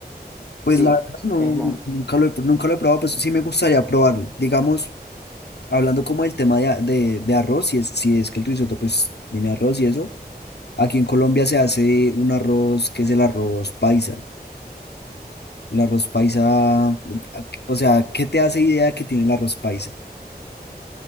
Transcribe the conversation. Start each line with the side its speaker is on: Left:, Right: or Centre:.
Left: Pues
Centre: Sí,
Left: la verdad no,
Centre: es más,
Left: nunca lo he, pr- nunca lo he probado, pues sí me gustaría probarlo. Digamos, hablando como del tema de, a- de, de arroz, si es, si es que el risotto pues tiene arroz y eso, aquí en Colombia se hace un arroz que es el arroz paisa. El arroz paisa, a- o sea, ¿qué te hace idea que tiene el arroz paisa?